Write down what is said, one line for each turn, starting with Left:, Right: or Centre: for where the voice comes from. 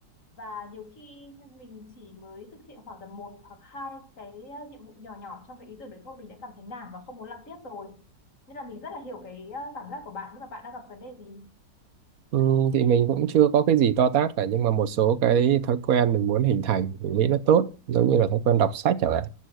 Left: Và nhiều khi mình chỉ mới thực hiện khoảng tầm một hoặc hai cái ờ, nhiệm vụ nhỏ nhỏ trong cái ý tưởng đấy thôi mình đã cảm thấy nản và không muốn làm tiếp rồi. Nên là mình rất là hiểu cái ờ, cảm giác của bạn nhưng mà bạn đang gặp vấn đề gì?
Right: Ừ, thì mình cũng chưa có cái gì to tát cả nhưng mà một số cái thói quen mình muốn hình thành mình nghĩ nó tốt giống như là thói quen đọc sách chẳng hạn